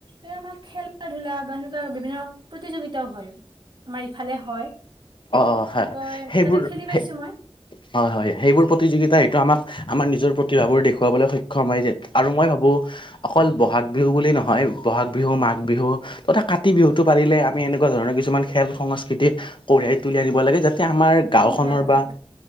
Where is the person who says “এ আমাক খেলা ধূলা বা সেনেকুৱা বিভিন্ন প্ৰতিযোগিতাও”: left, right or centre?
Right